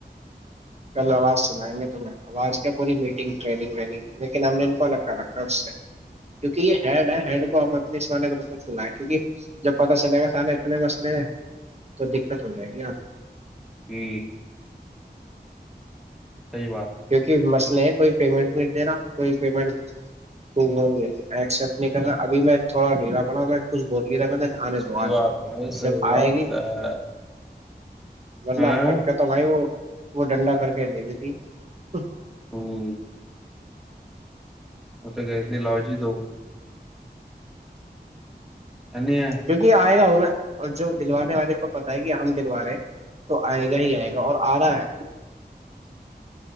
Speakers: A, on the right; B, in the centre.
A: کل آواز سنائیں گے تو آواز کے پوری میٹنگ ٹریگ ونگ لیکن ہم نے ان کو الگ کر رکھا ہے اس سے کیکہ یہ ہیڈ ہے ہیڈ کو ہم اپنے سمانے روپ میں چنا ہے کیک جب پتا چلے گا سارے اتنے مسئل ہیں تو دقت ہو جائے گی ن
B: ہ <unintelligible> صحیح بات ہے
A: کیونکہ مچ نہیں کوئی پیمنٹ نہیں دے رہا کوئی پیمنٹ ایکسپٹ نہیں کر رہا ابھی میں تھوڑا ڈھیلا پڑا ا کچھ بول ل رہا <unintelligible>
B: صحی
A: آنے
B: بات
A: دو
B: بھائی صحی
A: جب
B: بات
A: آئے گی
B: ہے
A: ورنہ
B: ہاں
A: اب تک کا تو بھائی وہ وہ ڈنڈا کر کے لے لیتی ہ ہچ <unintelligible>
B: ہاں م تو گ ت لاالجی دو نہیں ہے
A: کیونکہ یہ آئے گا جو دلوانے والے کو پتا ہے کہ ہم دلوا رہے ہیں تو آئے گا ہی آئے گا اور آ رہا ہے <unintelligible>